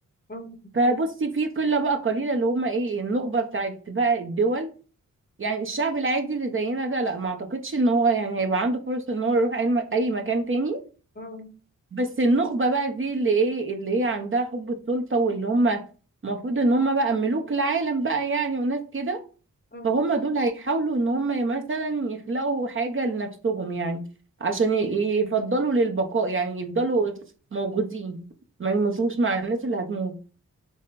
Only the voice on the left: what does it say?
مم.
مم.
مم.